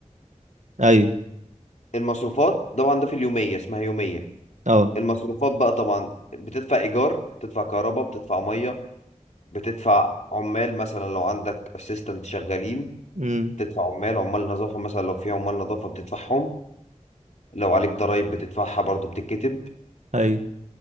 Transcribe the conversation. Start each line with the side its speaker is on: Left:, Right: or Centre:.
Right: ايوه
Left: المصروفات طبعا ده في اليوميه اسمها يوميه
Right: اه
Left: المصروفات بقى طبعا بتدفع ايجار بتدفع كهرباء بتدفع ميه بتدفع عمال مثلا لو عندك اسيستنت شغالين
Right: امم
Left: بتدفع عمال عمال نظافه مثلا لو في عمال نظافه بتدفعهم لو عليك ضرايب بتدفعها برضو بتتكتب
Right: ايوه